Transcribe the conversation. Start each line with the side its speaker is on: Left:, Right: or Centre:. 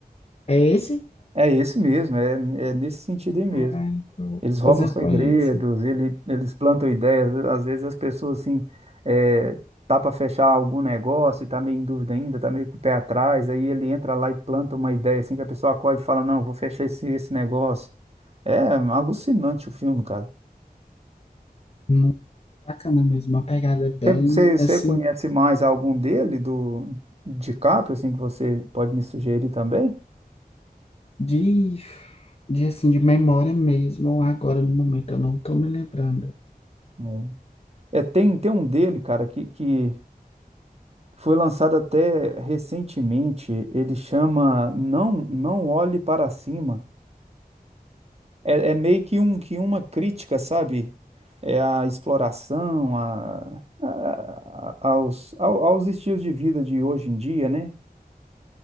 Left: É esse?
Right: É esse mesmo, é, é nesse sentido aí mesmo.
Left: Ah,
Right: Eles roubam
Left: pois eu
Right: segredos,
Left: conheço.
Right: ele, eles plantam ideias. Às vezes as pessoas, assim, é, tá para fechar algum negócio, e tá meio em dúvida ainda, tá meio com o pé atrás. Aí ele entra lá e planta uma ideia, assim, que a pessoa acorda e fala: Não, vou fechar esse, esse negócio. É alucinante o filme, cara.
Left: Muito bacana mesmo, uma pegada bem,
Right: Você
Left: assim,
Right: conhece mais algum dele, do DiCaprio, assim, que você pode me sugerir também?
Left: de, de, assim, de memória mesmo, agora no momento eu não tô me lembrando.
Right: Hum. É, tem, tem um dele, cara, que, que Foi lançado até recentemente, ele chama Não Não Olhe Para Cima. É, é meio que, um, que uma crítica, sabe? É a exploração, a, a- a- aos, ao- aos estilos de vida de hoje em dia, né?